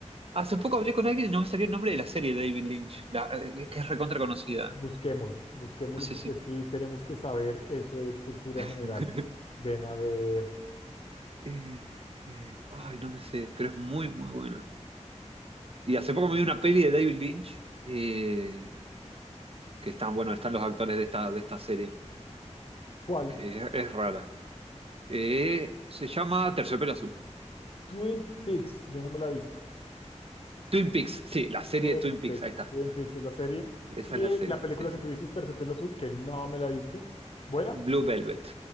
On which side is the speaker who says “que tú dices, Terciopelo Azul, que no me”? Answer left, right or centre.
Left